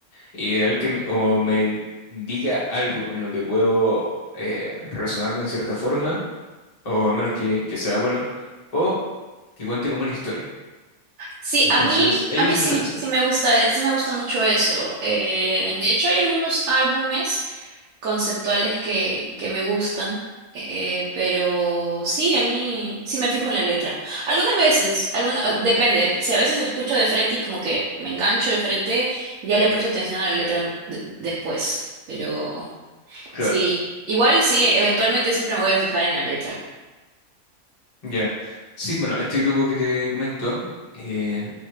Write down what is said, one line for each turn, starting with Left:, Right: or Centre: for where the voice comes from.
Left: ideal que me- o me diga algo con lo que puedo eh, relacionarme en cierta forma, o al menos que, que sea bueno, o que cuente como una historia.
Right: Sí,
Left: Entonces,
Right: a mí,
Left: ellos
Right: a mí sí,
Left: hacen eso.
Right: sí me gusta, eh, sí me gusta mucho eso. Eh, de hecho, hay algunos álbumes conceptuales que, que me gustan, eh, pero sí, a mí sí me fijo en la letra. Algunas veces, alguna, ah, depende, si a veces escucho de frente y como que me engancho de frente, ya le presto atención a la letra n- de- después, pero
Left: Claro.
Right: sí, igual sí, eventualmente siempre me voy a fijar en la letra.
Left: Ya. Sí, bueno, este grupo que te comento, eh,